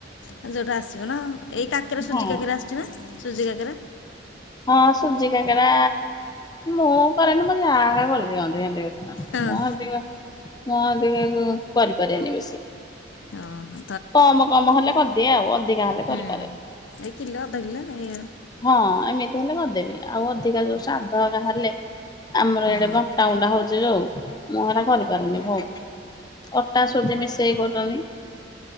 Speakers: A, on the left; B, on the left.
A: ଆଉ ଯୋଉଟା ଆସିବ ନାଉ। ଏଇ କାକେରା ସୁଜି
B: ହଁ।
A: କାକେରା ଆସିୁଛି ନା। ସୁଜି କାକରା।
B: ହଁ ସୁଜି କାକରା ମୁଁ କରେନି ମୁଁ ଯା କରିଦିଅନ୍ତି।
A: ହଁ
B: ମୁଁ ଅଧିକ-ମୁଁ ଅଧିକ କରିପାରିବନି ବେଶି। <inaudible>
A: ଅ ହ।
B: କମ୍ କମ୍ କାମ ହେଲେ କରିଦିଏ ଆଉ ଅଧିକା ହେଲେ ଆକରିପାରେନି
A: ହୁଁ ଏଇ କିଲୋ ଅଧ କିଲୋ ଏଇ
B: ହଁ ଏମିତି ହେଲେ କରିଦି ଦେବି ଆଉ। ଅଧିକା ଯୋଉ ସଧା ହ ଙ୍କା ହେଲେ। ଆମର
A: ହୁଁ
B: ଏଇଡେ ବାଟାାଉଣ୍ଡା ହଉଛି ଯୋଉ। ମୁଁ ଏରା କରିପାରୁନି ବଉତ। ଅଟା ସୁଜି ମିଶେଇ କରୁ <unintelligible>